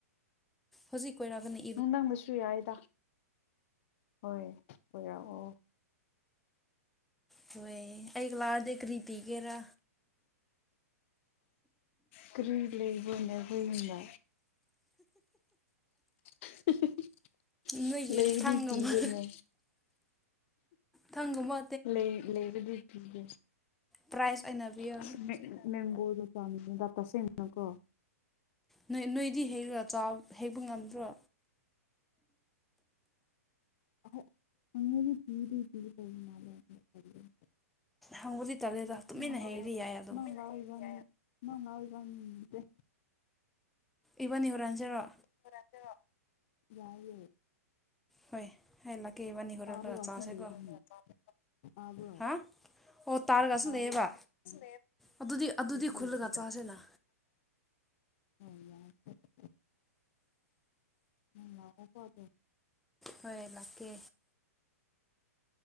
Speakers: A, in the centre; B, on the left.
A: ꯍꯧꯖꯤꯛ ꯀꯣꯏꯔꯛꯒꯅꯤ
B: ꯅꯨꯡꯊꯥꯡꯗꯁꯨ ꯌꯥꯏꯗ ꯍꯣꯏ ꯀꯣꯏꯔꯥꯛꯑꯣ
A: ꯍꯣꯏ ꯑꯩꯒꯂꯥꯒꯑꯗꯤ ꯀꯔꯤ ꯄꯤꯒꯦꯔꯥ
B: ꯀꯔꯤ ꯂꯩꯕ꯭ꯔꯣꯅꯦ ꯑꯩꯈꯣꯢ ꯌꯨꯝꯗ <unintelligible>
A: ꯅꯣꯏꯒꯤ
B: ꯂꯩꯕꯗꯤ
A: ꯊꯥꯡ
B: ꯄꯤꯒꯦꯅꯦ
A: ꯑꯃ ꯊꯥꯡ ꯑꯃ
B: ꯂꯩ ꯂꯩꯕꯗꯤ ꯄꯤꯒꯦ
A: ꯄ꯭ꯔꯥꯏꯖ ꯑꯣꯏꯅ ꯄꯤꯌꯣ
B: ꯑꯁ ꯃꯦꯡ ꯃꯦꯡꯒꯣꯗꯣ <unintelligible> ꯇꯁꯦꯡꯅꯀꯣ
A: ꯅꯣꯏ ꯅꯣꯏꯗꯤ ꯍꯦꯛꯑꯒꯥ ꯆꯥꯎ ꯍꯦꯛꯄꯥ ꯉꯝꯗ꯭ꯔꯣ
B: <unintelligible> <inaudible>
A: ꯍꯪꯕꯗꯤ ꯇꯜꯂꯦꯗ ꯇꯨꯃꯤꯟꯅ
B: ꯅꯪꯩ
A: ꯍꯩꯔꯗꯤ
B: ꯂꯎꯋꯣ
A: ꯌꯥꯏ ꯑꯗꯣ
B: ꯅꯪ ꯂꯥꯎ ꯏꯕꯥꯅꯤ ꯅꯪ ꯂꯥꯎ ꯢꯕꯥꯅꯤ <unintelligible>
A: ꯏꯕꯥꯅꯤ ꯍꯨꯔꯥꯟꯁꯤꯔꯣ
B: ꯍꯨꯔꯥꯟꯁꯤꯔꯣ ꯌꯥꯏꯌꯦ
A: ꯍꯣꯏ ꯑꯩ ꯂꯥꯛꯀꯦ ꯢꯕꯥꯅ ꯍꯨꯔꯥꯜꯂꯒ
B: ꯇꯥꯔꯒꯁꯨ
A: ꯆꯥꯁꯦꯀꯣ
B: ꯂꯩꯒꯅꯤ ꯇꯥꯕ꯭ꯔꯣ
A: ꯍꯥ ꯑꯣ ꯇꯥꯔꯒꯁꯨ
B: ꯇꯥꯔꯒ
A: ꯅꯩꯌꯦꯕ
B: ꯇꯥꯔꯒꯁꯨ
A: ꯑꯗꯨꯗꯤ ꯑꯗꯨꯗꯤ
B: ꯂꯩꯒꯅꯤ
A: ꯈꯨꯜꯂꯒ ꯆꯥꯁꯤꯅ
B: <inaudible> ꯅꯪ ꯂꯥꯛꯑꯣꯀꯣ ꯑꯗꯣ
A: ꯍꯣꯏ ꯂꯥꯛꯀꯦ